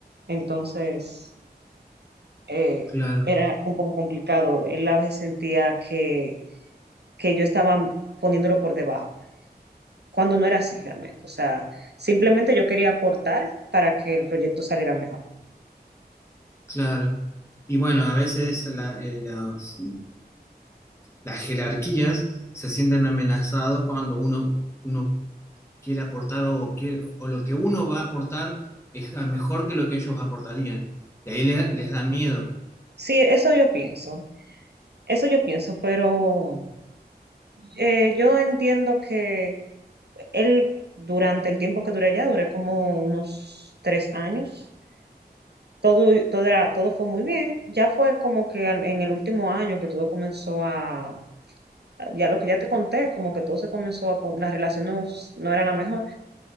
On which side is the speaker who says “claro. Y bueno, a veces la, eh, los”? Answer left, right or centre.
Left